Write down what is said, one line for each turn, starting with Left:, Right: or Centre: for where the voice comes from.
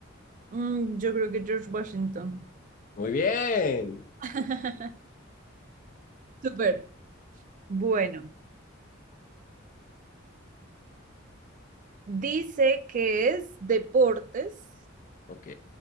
Right: Mm, yo creo que George Washington.
Left: Muy bien.
Right: <laughs> Súper. Bueno. Dice que es deportes
Left: Ok.